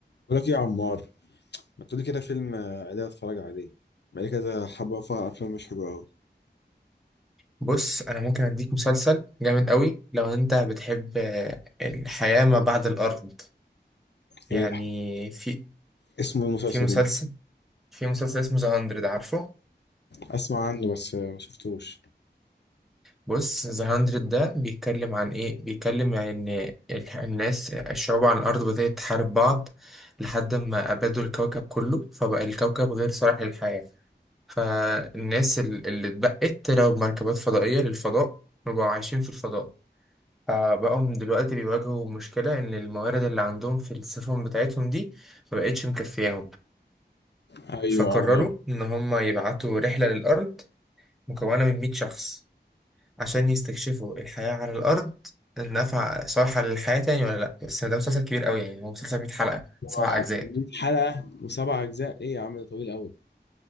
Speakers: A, on the left (about 70°); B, in the centre.
A: بقول لك إيه يا عمار ما تقولي كده فيلم آه، عادي اتفرج عليه بقالي كده حبة فيها أفلام مش حلوة أوي
B: بص انا ممكن اديك مسلسل جامد قوي لو انت بتحب آه، الحياة ما بعد الارض يعني
A: إيه الح-
B: في
A: اسمه إيه المسلسل
B: في مسلسل
A: ده
B: في مسلسل اسمه ذا 100 عارفه
A: أسمع عنه بس آه، ما شفتوش
B: بص ذا 100 ده بيتكلم عن ايه بيتكلم عن ان ال- الناس الشعوب على الارض بدأت تحارب بعض لحد ما ابادوا الكوكب كله فبقى الكوكب غير صالح للحياة فالناس ال- اللي اتبقت طلعوا بمركبات فضائية للفضاء وبقوا عايشين في الفضاء فبقوا دلوقتي بيواجهوا مشكلة إن الموارد اللي عندهم في السفن بتاعتهم دي مبقتش مكفياهم
A: أيوه
B: فقرروا
A: آه،
B: إن هما يبعتوا رحلة للأرض مكونة من 100 شخص عشان يستكشفوا الحياة على الأرض النفع صالحة للحياة تاني ولا لأ بس ده مسلسل كبير أوي يعني هو مسلسل 100 حلقة
A: هو
B: سبع أجزاء
A: 100 حلقة وسبع أجزاء إيه يا عم ده طويل أوي